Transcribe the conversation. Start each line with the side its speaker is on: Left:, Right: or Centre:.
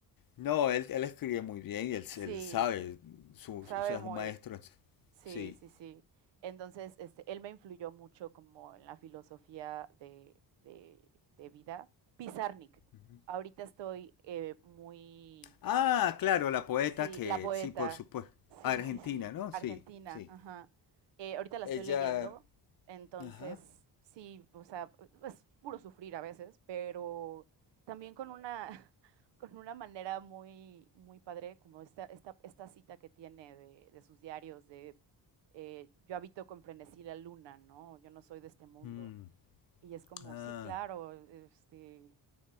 Left: No, él, él escribe muy bien y él,
Right: Sí,
Left: él sabe, su,
Right: sabe
Left: o sea,
Right: muy,
Left: es un maestro.
Right: sí,
Left: Sí.
Right: sí, sí. Entonces, este, él me influyó mucho como en la filosofía de, de, de vida. Pizarnik.
Left: Ujú.
Right: Ahorita estoy eh, muy
Left: Ah, claro, la poeta
Right: Sí,
Left: que,
Right: La Poeta.
Left: sí, por supuesto,
Right: Sí,
Left: argentina,
Right: sí, sí.
Left: ¿no?
Right: Argentina,
Left: Sí, sí.
Right: ajá. Eh, ahorita la
Left: Ella,
Right: estoy leyendo, entonces
Left: ajá.
Right: sí, o sea, es puro sufrir a veces, pero también con una, <laughs> con una manera muy, muy padre, como esta, esta, esta cita que tiene de, de sus diarios, de eh, yo habito con frenesí la luna, ¿no? Yo no soy de este mundo.
Left: Mm,
Right: Y es como,
Left: ah,
Right: sí, claro, este,